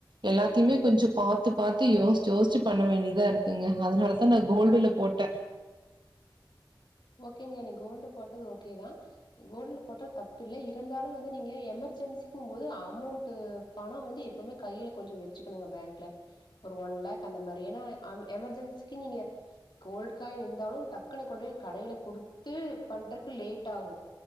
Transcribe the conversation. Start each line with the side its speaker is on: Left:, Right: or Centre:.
Right: எல்லாத்தையுமே கொஞ்ச பாரத்து பார்த்து யோசிச்சு யோசிச்சு பண்ண வேண்டியதா இருக்குங்க அதனாலதான் நா கோல்டுல போட்டே
Left: ஓகேங்க நீ கோல்டு போட்டது ஓகேதா கோல்டுல போட்டது தப்பு இல்ல இருந்தாலு வந்து நீங்க எமர்ஜென்சிக்கும் போது அமௌண்ட் பணம் வந்து எப்பவுமே கையில கொஞ்ச வச்சுக்கணுங்க பேங்க்ல ஒரு ஒன் லேக் அந்த மாதிரி ஏனா எமர்ஜென்சிக்கு நீங்க கோல்டு காய்ன் இருந்தாலு டக்குன்னு கொண்டு போயி கடையில குடுத்து பண்றக்கு லேட் ஆகு,